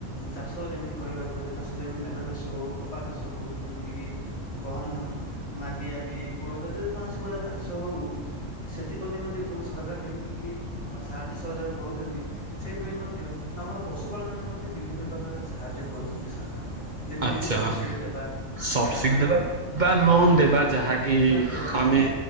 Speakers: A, on the left; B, on the right.
A: ଚାଷ ଯେମିତି କହିବାକୁ ଗଲେ ଚାଷ ଯେମିତି ଧାନ ଚାଷ ହଉ କପା ଚାଷ ହଉ ଯେମିତି କିି ଗହମ, ମାଣ୍ଡିଆ, ବିରି, କୋଳଥ ଯଦି କୌଣସି ପ୍ରକାର ଚାଷ ହଉ ସେଥିପ୍ରତି ମଧ୍ୟ ସରକାର ଯେମିତିକି ସାହାଯ୍ୟ ସହଯୋଗ କରୁଛନ୍ତି ସେହିପରି ମଧ୍ୟ ଆମର ପଶୁ ପାାଳନରେ ମଧ୍ୟ ବିଭିନ୍ନ ପ୍ରକାର ସାହାଯ୍ୟ କରୁଛନ୍ତି ସରକାର। ଯେମିତିକି
B: ଆଛା
A: ସବସିଡ଼ି ଦେବା
B: ସବସିଡି
A: ଗାଈମାନଙ୍କ
B: ଦେବା ବା ଲୋନ ଦେବା ଯାହାକି
A: ବା ଲୋନ୍
B: କି
A: ଦେବା
B: ଆମେ